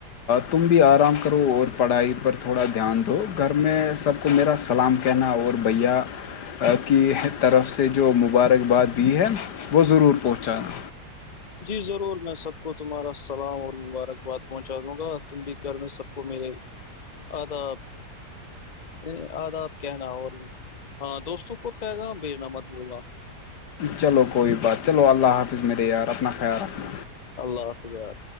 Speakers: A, on the left; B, on the left.
A: تم بھی آرام کرو اور پڑھائی پر تھوڑا دھیان دو گھر میں سب کو میرا سلام کہنا اور بھیا کی طرف سے جو مبارکباد دی ہے وہ ضرور پہنچانا
B: جی ضرور میں سب کو تمہارا سلام اور مبارکباد پہنچا دوں گا تم بھی گھر میں سب کو میرے آداب نہیں آداب کہنا اور بھی ہاں دوستوں کو پیغام بھیجنا مت بولنا
A: چلو کوئی بات چلو اللہ حافظ میرے یار اپنا خیال رکھنا
B: اللہ حافظ یار